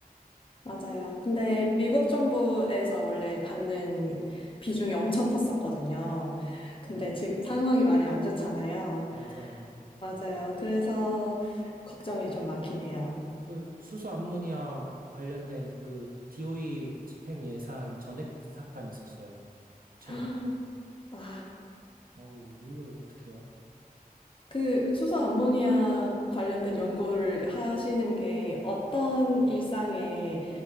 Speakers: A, on the left; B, on the right.
A: 맞아요. 근데 미국 정부에서 원래 받는 비중이 엄청 컸었거든요.
B: 네,
A: 근데 지금 상황이 많이 안 좋잖아요.
B: 맞아요.
A: 맞아요. 그래서 걱정이 좀 많긴 해요.
B: 그 수소 암모니아 관련된 그 DOE 집행 예산 전액 삭감했었어요. 최근에.
A: <gasps> 와,
B: 어우, 이거 어떡해요?
A: 그 수소 암모니아 관련된 연구를 하시는 게 어떤 일상에